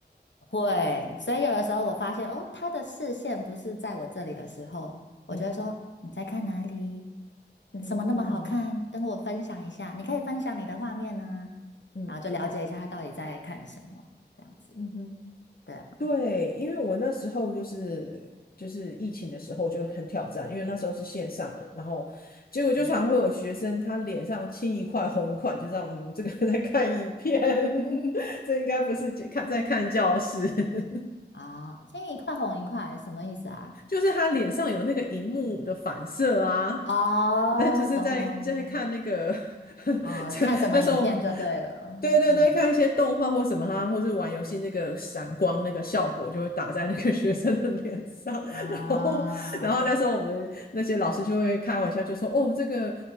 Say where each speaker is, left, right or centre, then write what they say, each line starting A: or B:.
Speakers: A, on the left (about 85°); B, on the left (about 55°).
A: 会。所以有的时候我发现，哦，他的视线不是在我这里的时候，我就会说：
B: 嗯
A: “你在看哪里？你什么那么好看？
B: 嗯
A: 跟我分享一下。你可以分享你的画面呢、
B: 嗯嗯
A: 然后就了解一下他到底在看什么，这样子。
B: 嗯哼。
A: 对啊，
B: 对，因为我那时候就是就是疫情的时候就很挑战，因为那时候是线上的，然后结果就常会有学生他脸上青一块红一块，
A: 嗯
B: 你就知道嗯，这个 <laughs> 在看影片，<laughs> 这应该不是看在看教室。<laughs>
A: 啊，青一块红一块，什么意思啊？
B: 就是他脸上有那个荧幕的反射啊，
A: 哦，
B: 那就是在在看那个，
A: 懂懂懂，
B: <laughs>
A: 哦，
B: 这那时候，
A: 看什么影片就对了。
B: 对对对，
A: 嗯
B: 看一些动画或什么啊，或是玩游戏那个闪光那个效果就会打在那个学生的脸上，
A: 嗯啊，
B: <laughs> 然后然后那时候我们那些老师就会开玩笑就说，哦，这个